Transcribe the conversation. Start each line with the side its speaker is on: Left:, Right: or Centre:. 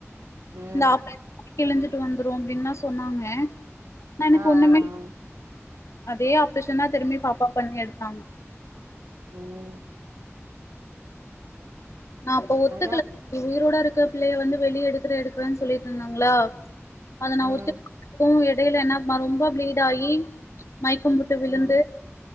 Right: ம்
Left: இந்த ஆப்ரே கிழுஞ்சிட்டு வந்துரு அப்டின்தா சொன்னாங்க ஆனா எனக்கு
Right: ஆ ஆ
Left: ஒன்னுமே
Right: ஆ
Left: அதே ஆப்பரேஷன்தா திரும்பி பாப்பா பண்ணி எடுத்தாங்க
Right: உம்
Left: நான அப்ப ஒத்துக்கல
Right: அதா
Left: உயிரோட இருக்க புள்ளய வந்து வெளியே எடுக்குறே எக்குறேன்னு சொல்லிட்டு இருந்தாங்ளா அத நா
Right: ம்
Left: ஒத்துக்கு எடயில என்ன ரொம்ப பிளீட் ஆகி மயக்கம் போட்டு விழுந்து
Right: ம்